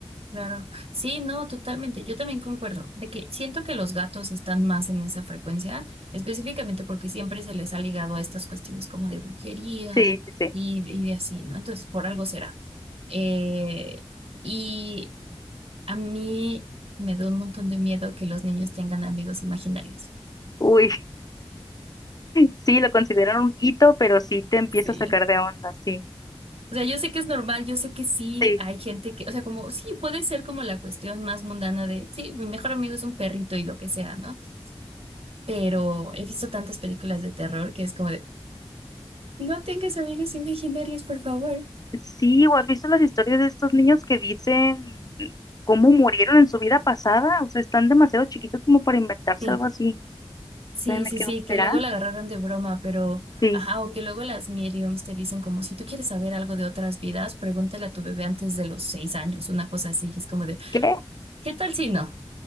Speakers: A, on the right; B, on the left.
A: claro. Sí, no, totalmente. Yo también concuerdo de que siento que los gatos están más en esa frecuencia, específicamente porque siempre se les ha ligado a estas cuestiones como de brujería
B: Sí, sí, sí.
A: y, y de así, ¿no? Entonces, por algo será. Eh, y a mí me da un montón de miedo que los niños tengan amigos imaginarios.
B: Uy, Sí, lo consideran un hito, pero sí te empieza
A: Sí.
B: a sacar de onda, sí.
A: O sea, yo sé que es normal, yo sé que sí
B: Sí,
A: hay gente que, o sea, como sí puede ser como la cuestión más mundana de, sí, mi mejor amigo es un perrito y lo que sea, ¿no? pero he visto tantas películas de terror que es como de, no tengas amigos imaginarios, por favor.
B: sí, ¿o has visto las historias de estos niños que dicen cómo murieron en su vida pasada? O sea, están demasiado chiquitos como para inventarse
A: Sí,
B: algo así.
A: sí,
B: Entonces me
A: sí,
B: quedo,
A: sí, que
B: ¿será?
A: luego la agarraron de broma, pero,
B: Sí.
A: ajá, o que luego las mediums te dicen como, si tú quieres saber algo de otras vidas, pregúntale a tu bebé antes de los seis años, una cosa así, y es como de,
B: ¿Qué?
A: ¿qué tal si no?